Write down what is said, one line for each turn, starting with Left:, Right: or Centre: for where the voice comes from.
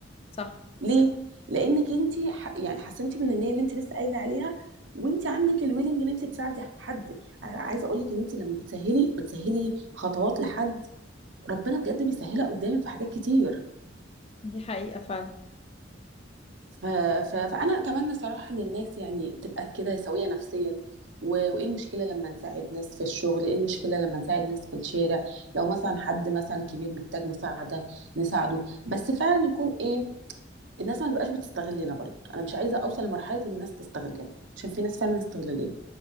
Left: صح
Right: ليه؟ لأنك أنت ح... يعني حسنتي من النية اللي أنت لسه قايلة عليها وأنت عندك الويلنج إن أنت تساعدي حد، أنا عايزة أقول لك إن أنت لما بتسهلي بتسهلي خطوات لحد ربنا بجد بيسهلها قدامك في حاجات كتير.
Left: دي حقيقة فعلا
Right: ف... ف... فانا اتمنى صراحه ان الناس يعني تبقى كده سويه نفسيا و... وايه المشكله لما نساعد ناس في الشغل ايه المشكله لما نساعد ناس في الشارع لو مثلا حد مثلا كبير محتاج مساعده نساعده بس فعلا يكون ايه الناس ما تبقاش بتستغلنا برضه انا مش عايزه اوصل لمرحله ان الناس تستغلنا عشان في ناس فعلا استغلاليه